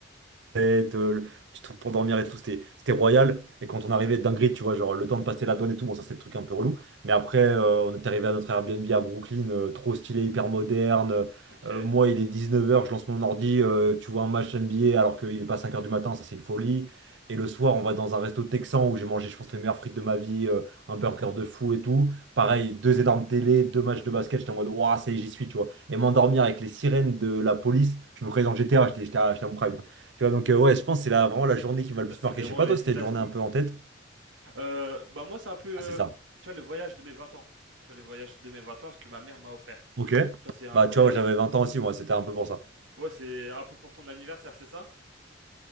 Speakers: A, on the right (about 65°); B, on the right (about 90°).
A: tête, euh, le petit truc pour dormir et tout, c'était c'était royal. Et quand on arrivait dinguerie, tu vois, genre le temps de passer la douane et tout, bon, ça c'est le truc un peu relou. Mais après, euh, on est arrivé à notre Airbnb à Brooklyn, euh, trop stylé, hyper moderne.
B: Ok.
A: Euh,
B: Ouais.
A: moi, il est dix neuf heures je lance mon ordi, euh, tu vois un match NBA alors qu'il est pas cinq heures du matin, ça c'est une folie. Et le soir, on va dans un resto texan où j'ai mangé, je pense, les meilleures frites de ma vie, euh, un burger de fou et tout. Pareil, deux énormes télé, deux matchs de basket, j'étais en mode, waouh, ça y est, j'y suis, tu vois. Et m'endormir avec les sirènes de la police, je me croyais dans GTA, j'étais j'étais à j'étais à mon prime. Tu vois, donc euh, ouais, je pense que c'est la, vraiment la journée qui m'a le
B: Bah,
A: plus
B: c'est
A: marqué.
B: vraiment
A: Je sais pas,
B: les
A: toi, c'était
B: États-Unis,
A: une journée un peu
B: quoi.
A: en tête.
B: Euh, bah, moi, c'est un peu,
A: Ah,
B: euh,
A: c'est ça.
B: tu vois, le voyage de mes 20 ans. Tu vois, le voyage de mes 20 ans, ce que ma mère m'a offert.
A: Ok.
B: Tu vois, c'est un
A: Bah,
B: voyage.
A: tu vois, j'avais 20 ans aussi, moi, c'était un peu pour ça.
B: Ouais, c'est un peu pour ton anniversaire, c'est ça?